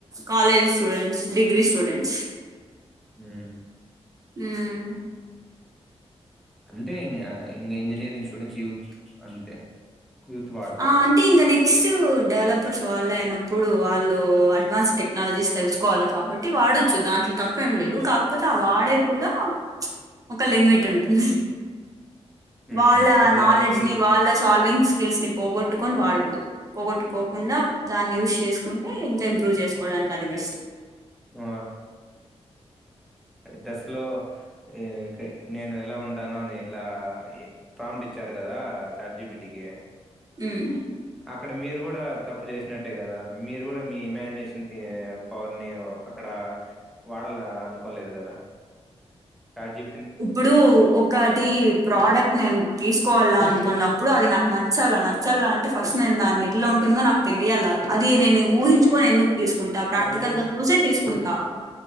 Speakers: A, on the right (about 30°); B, in the centre.
A: కాలేజ్ స్టూడెంట్స్ డిగ్రీ స్టూడెంట్స్
B: ఉమ్
A: ఉమ్
B: అంటే ఇంకా ఇంకా ఇంజనీరింగ్ స్టూడెంట్స్ యూత్ అంతే యూత్ వాడతారు.
A: ఆ అంటే ఇంకా నెక్స్ట్ డెవలపర్స్ వాళ్ళు అయినప్పుడు వాళ్ళు అడ్వాన్స్ టెక్నాలజీస్ తెలుసుకోవాలి కాబట్టి వాడచ్చు దాంట్లో తప్ప ఏం లేదు కాకపోతే ఆ వాడేది కూడా ఒక లిమిట్ ఉంటుంది
B: హ్మ్.
A: వాళ్ళ
B: ప్రతిదానికి
A: నాలెడ్జ్ ని వాళ్ళ సాల్వింగ్స్ స్కిల్స్ ని పోగొట్టుకొని వాడకూడదు పోగొట్టుకోకుండా దాన్ని ఉస్ చేసుకుంటే ఇంకా ఇంప్రూవ్ చేసుకోవడానికి అది బెస్ట్
B: ఆ! డస్ లో ఇక్కడ నేను ఎలా ఉంటాను అనేది ఇట్లా ప్రామ్ట్ ఇచ్చారు కదా చాట్ జీపీటీ కీ
A: హ్మ్.
B: అక్కడ మీరు కూడా తప్పు చేసినట్టే కదా మీరు కూడా మీ ఇమజక్ నషన్ తీ పవర్ని అక్కడ వాడాల అనుకోలేదు కదా చార్జి
A: ఇప్పుడు ఒకటి ప్రోడక్ట్ నేను తీసుకోవాల అనుకున్నప్పుడు అది నాకు నచ్చ నచ్చాలా నచ్చాలా అంటే ఫస్ట్ నేను దాన్ని ఎట్లా ఉంటుందో నాకు తెలియాల అది నేను ఊహించుకొని ఎందుకు తీసుకుంటా ప్రాక్టికల్
B: అది
A: గా చూసే తీసుకుంటా